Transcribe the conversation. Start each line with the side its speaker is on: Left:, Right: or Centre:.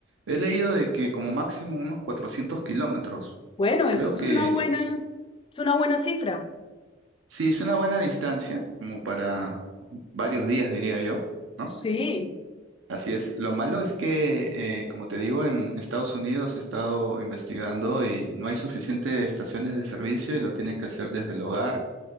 Right: he leído de que como máximo unos 400 kilómetros.
Left: Bueno, eso
Right: Creo
Left: es
Right: que
Left: una buena, es una buena cifra.
Right: sí, es una buena distancia, como para varios días, diría yo, ¿no?
Left: Sí,
Right: Así es. Lo malo es que, eh, como te digo, en Estados Unidos he estado investigando y no hay suficientes estaciones de servicio y lo tienen que hacer desde el hogar,